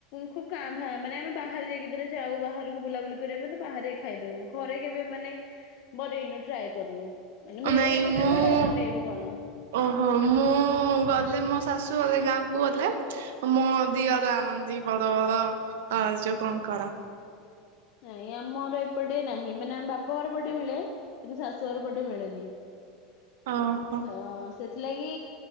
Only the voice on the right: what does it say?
ନାଇଁ
ମୁଁ
ଓହୋ ମୁଁ ଗଲେ ମୋ ଶାଶୁ ଗଲେ ଗାଁ କୁ ଗଲେ ମୋ ଦିଅର ଆଣନ୍ତି ବଡ଼ ବଡ଼ ଅ ଯୋଉଁ କଙ୍କଡ଼ା।
ଓହୋ।